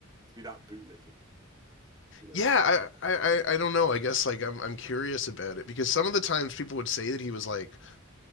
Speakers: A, on the right (about 20°); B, on the left (about 60°).
A: be that bootlicking, you know.
B: Yeah, I, I, I- don't know. I guess like I'm, I'm curious about it because some of the times people would say that he was like,